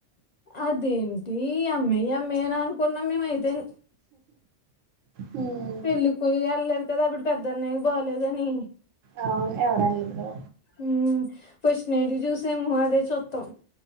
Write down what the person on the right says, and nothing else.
హ్మ్.
అవును ఎవరెళ్లేదు